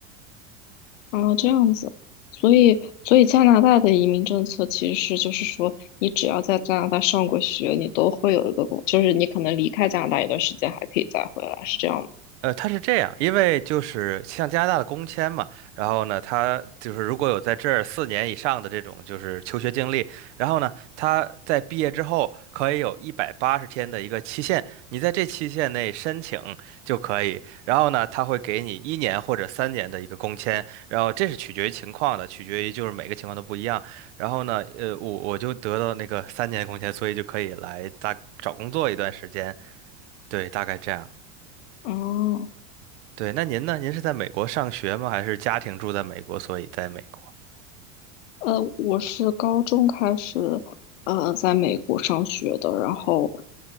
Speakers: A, on the left (about 80°); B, on the right (about 65°).
A: 哦，这样子，所以，所以加拿大的移民政策其实是，就是说，你只要在加拿大上过学，你都会有一个工，就是你可能离开加拿大一段时间，还可以再回来，是这样吗？
B: 呃，它是这样，因为就是像加拿大的工签嘛，然后呢，他就是如果有在这儿四年以上的这种就是求学经历，然后呢，他在毕业之后可以有一百八十天的一个期限，你在这期限内申请就可以，然后呢，他会给你一年或者三年的一个工签，然后这是取决于情况的，取决于就是每个情况都不一样，然后呢，呃，我我就得到那个三年工签，所以就可以来大找工作一段时间，对，大概这样。
A: 哦。
B: 对，那您呢？您是在美国上学吗？还是家庭住在美国，所以在美国？
A: 呃，我是高中开始，呃，在美国上学的。然后，